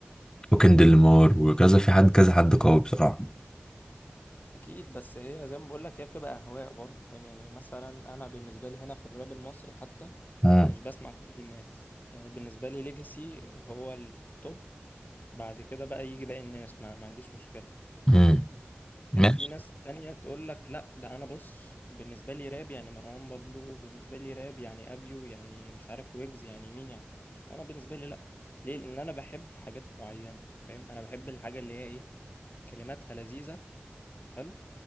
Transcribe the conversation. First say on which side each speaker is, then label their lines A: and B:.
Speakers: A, on the left (about 20°); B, on the left (about 45°).
A: وكندريك لامار وكذا في حد كذا حد قوي بصراحه
B: أكيد بس هي زي ما بقول لك هي بتبقى أهواء برضو فاهم يعني مثلا أنا بالنسبة لي هنا في الراب المصري حتى
A: امم
B: مش بسمع كل الناس يعني بالنسبة لي ليجاسي هو ال- التوب بعد كده بقى يجي باقي الناس ما, ما عنديش مشكلة
A: امم ماشي
B: كان في ناس تانية تقول لك لا ده انا بص بالنسبة لي راب يعني مروان بابلو بالنسبة لي راب يعني ابيو يعني مش عارف ويجز يعني مين يعني انا بالنسبة لي لا ليه لان انا بحب حاجات معينة فاهم انا بحب الحاجة اللي هي ايه كلماتها لذيذة حلو